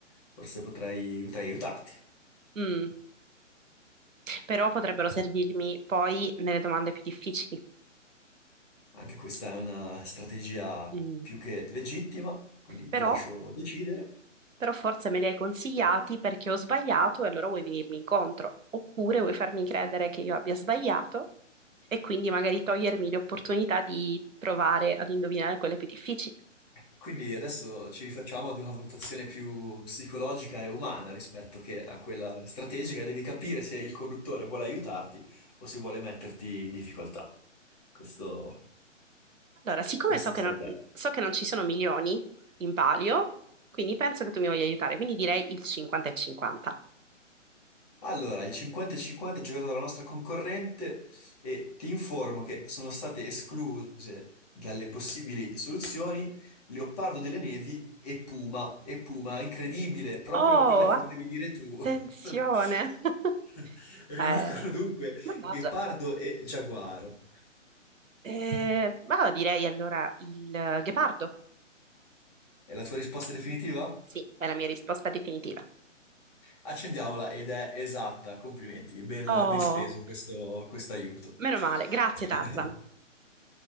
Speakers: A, on the left; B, on the right.
A: forse potrei, potrei aiutarti.
B: Mm, Però potrebbero servirmi poi nelle domande più difficili.
A: Anche questa è una strategia
B: Mm,
A: più che legittima, quindi
B: Però
A: ti lascio decidere.
B: però forse me li hai consigliati perché ho sbagliato e allora vuoi venirmi incontro, oppure vuoi farmi credere che io abbia sbagliato e quindi magari togliermi l'opportunità di provare ad indovinare quelle più difficili.
A: Quindi adesso ci rifacciamo ad una valutazione più psicologica e umana rispetto che a quella strategica. Devi capire se il conduttore vuole aiutarti o se vuole metterti in difficoltà. Questo,
B: Allora, siccome
A: questo
B: so che
A: sta
B: non,
A: a te.
B: so che non ci sono milioni in palio, quindi penso che tu mi voglia aiutare, quindi direi il 50 e 50.
A: Allora, il 50-50 giocato dalla nostra concorrente e ti informo che sono state escluse dalle possibili soluzioni Leopardo delle Nevi e Puma. E Puma, incredibile, proprio
B: Oh,
A: quella che volevi dire tu.
B: attenzione!
A: <laughs>
B: <laughs>
A: <laughs> Rimangono
B: Eh,
A: dunque
B: mannaggia.
A: Ghepardo e Giaguaro.
B: Eh, ma direi allora il ghepardo.
A: È la tua risposta definitiva?
B: Sì, è la mia risposta definitiva.
A: Accendiamola ed è esatta. Complimenti, ben,
B: Oh,
A: ben speso questo questo aiuto.
B: meno male. Grazie,
A: <laughs>
B: Tarzan.